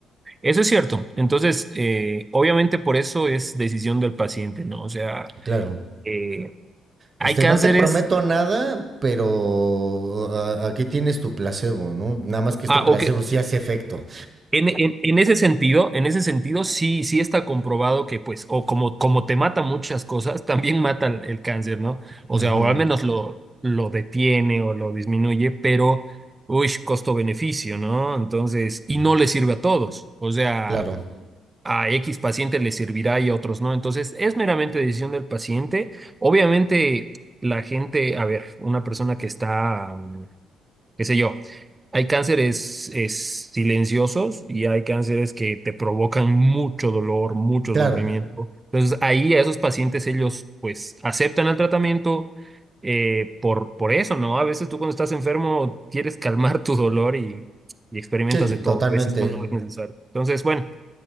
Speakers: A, on the right (about 20°); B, on the right (about 40°).
A: Eso es cierto. Entonces, eh, obviamente por eso es decisión del paciente, ¿no? O sea,
B: claro,
A: eh, hay
B: Este,
A: cánceres,
B: no te prometo nada, pero a- aquí tienes tu placebo, ¿no? Nada más que este
A: ah,
B: placebo
A: o que
B: sí hace efecto.
A: en, en, en ese sentido, en ese sentido sí, sí está comprobado que pues, o como, como te mata muchas cosas, <laughs> también mata el, el cáncer, ¿no? O
B: Ujú,
A: sea, o al menos lo, lo detiene o lo disminuye, pero, uy, costo-beneficio, ¿no? Entonces, y
B: ujú.
A: no le sirve a todos. O sea...
B: Claro,
A: a X paciente le servirá y a otros no. Entonces, es meramente decisión del paciente. Obviamente, la gente, a ver, una persona que está, mm, qué sé yo, hay cánceres es, silenciosos y hay cánceres que te provocan mucho dolor, mucho
B: claro.
A: sufrimiento. Entonces, ahí a esos pacientes ellos pues aceptan el tratamiento. eh, por, por eso, ¿no? A veces tú cuando estás enfermo quieres calmar tu dolor y, y experimentas
B: Sí,
A: de todo.
B: totalmente.
A: A veces no no es necesario. Entonces, bueno.